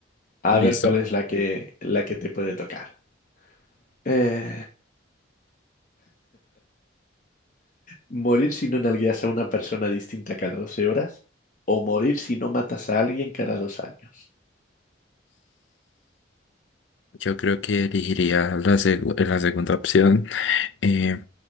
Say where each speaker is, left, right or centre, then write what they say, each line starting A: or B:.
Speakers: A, on the left; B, on the left.
A: A
B: <laughs> Listo.
A: ver cuál es la que, la que te puede tocar. Eh, ¿morir si no nalgueas a una persona distinta cada 12 horas? ¿O morir si no matas a alguien cada dos años?
B: Yo creo que elegiría la, segu- la segunda opción. Eh,